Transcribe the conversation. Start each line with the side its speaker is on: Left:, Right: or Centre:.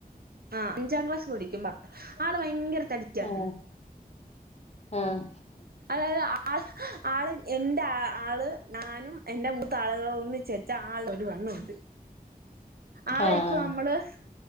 Right: ആഹ് അഞ്ചാം ക്ലാസ് പടിക്കുമ്പ ആള് ഭയങ്കര തടിക്കാണ്
Left: ആഹ് ആഹ്
Right: അതായത് ആ ആള് എന്റെ ആള് ഞാനും എന്റെ മൂത്ത ആളുകളും ഒന്നിച്ചേച്ച ആൾ ഒരു വണ്ണംണ്ട് ആളെ
Left: ആഹ്
Right: ഇപ്പൊ നമ്മള്